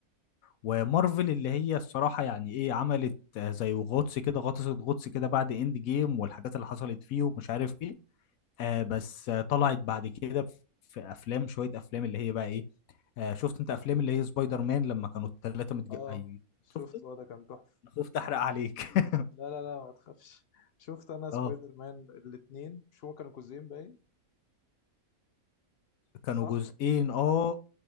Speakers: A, on the left; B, on the left.
A: ومارفل اللي هي الصراحة يعني ايه عملت آه، زي غطس كده غطست غطس كده بعد اند جيم والحاجات اللي حصلت فيه ومش عارف ايه آه بس آه طلعت بعد كده في افلام شوية افلام اللي هي بقى ايه آه شفت انت افلام اللي هي سبايدر مان لما كانوا الثلاثة متج...
B: اه
A: اي
B: شفت
A: شفت
B: اه ده كان تحفه
A: أنا خفت احرق عليك <laughs>
B: لا لا لا ما تخافش <laughs> شفت انا سبايدر
A: اه
B: مان الاثنين مش هما كانوا جزئين باين
A: كانوا
B: صح
A: جزئين اه